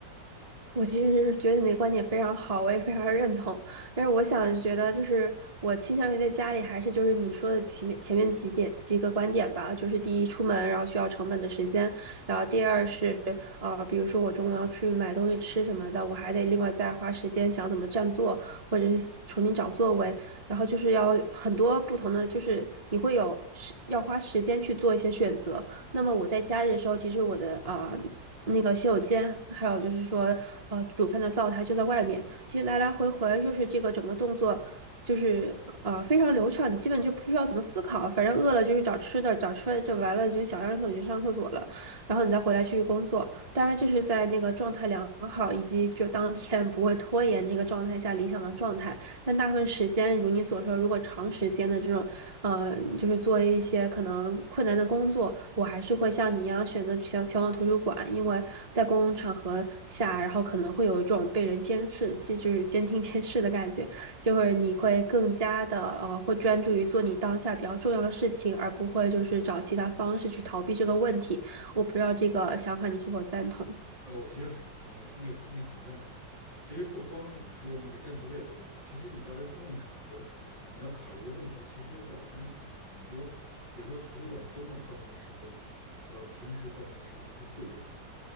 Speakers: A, on the right (about 20°); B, on the left (about 85°).
A: 我其实是觉得你的观点非常好，我也非常认同。但是我想觉得，就是我倾向于在家里，还是就是你说的前面前面几点几个观点吧，就是第一，出门然后需要成本的时间，然后第二是呃，比如说我中午要去买东西吃什么的，我还得另外再花时间想怎么占座，或者是重新找座位，然后就是要很多不同的，就是你会有时要花时间去做一些选择。那么我在家里的时候，其实我的啊。呃那个洗手间，还有就是说，呃，煮饭的灶台就在外面。其实来来回回就是这个整个动作，就是呃非常流畅，你基本就不需要怎么思考，反正饿了就去找吃的，找吃的就完了就想上厕所你就上厕所了，然后你再回来继续工作。当然这是在那个状态良好以及就当天不会拖延这个状态下理想的状态，但大部分时间如你所说，如果长时间的这种。呃，就是做一些可能困难的工作，我还是会像你一样选择前前往图书馆，因为在公共场合下，然后可能会有一种被人监视，这就是监听 <laughs> 监视的感觉，就是你会更加的呃，会专注于做你当下比较重要的事情，而不会就是找其他方式去逃避这个问题。我不知道这个想法你是否赞同。
B: 呃，我其实很很那个那个很那个很赞同。其实不光是你说的那个占座位的问题，其实你到一个公共场合，你要考虑的问题，其实在我看来也很多。比如说图书馆周末关门的时间和平时关门的时间是不一样的。